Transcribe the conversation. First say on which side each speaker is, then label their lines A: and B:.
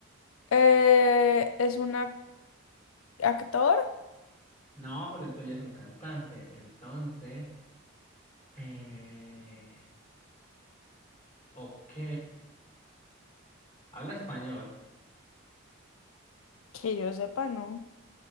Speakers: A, on the left; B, on the left.
A: Eh, ¿es un ac- actor?
B: No, pero el tuyo es un cantante. Entonces, eh... ok. Habla español.
A: Que yo sepa, no.